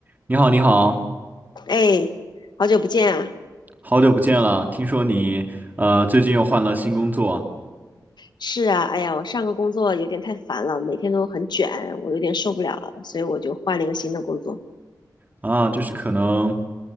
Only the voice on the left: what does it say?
哎，好久不见啊！
是啊，哎呀，我上个工作有点太烦了，每天都很卷，我有点受不了了，所以我就换了一个新的工作。